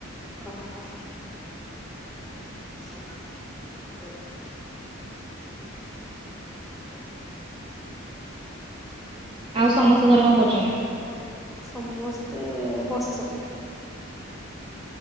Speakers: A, in the centre; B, on the right.
A: ଓ ହୋ। ହ
B: ଆଉ ସମସ୍ତେ ଘରେ କଣ କରୁଛନ୍ତି?
A: ସମସ୍ତେ ଏ ବସିଛନ୍ତି।